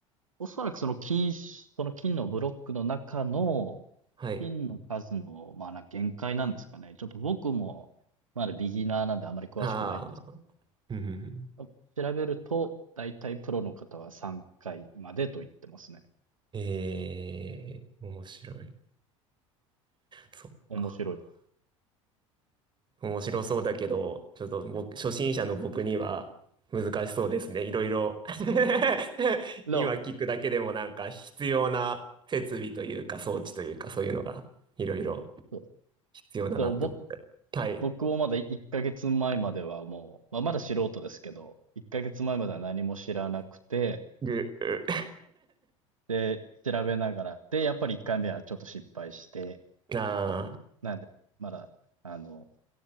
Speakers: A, on the right; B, on the right.
A: おそらくその金し、その金のブロックの中の
B: はい。
A: 金の数の、まあな、限界なんですかね。ちょっと僕もまだビギナーなんであまり詳しくないんです
B: ああ。うんうんうん
A: けど。調べると、だいたいプロの方は3回までと言ってますね。
B: えー、面白い。そっか。
A: 面白いです。
B: 面白そうだけど、ちょっと僕、初心者の僕には難しそうですね。いろいろ <laughs>
A: でも、
B: 今聞くだけでもなんか必要な設備というか装置というかそういうのがいろいろ
A: そう
B: 必要だなって思っ
A: でも僕、
B: て。はい。
A: 僕もまだ1ヶ月前まえまではもう、まあ、まだ素人ですけど、1ヶ月前まえまでは何も知らなくて、
B: ぐ、う <laughs>
A: で、調べながら、で、やっぱり1回目はちょっと失敗して、
B: あ
A: なんで、まだ、あの、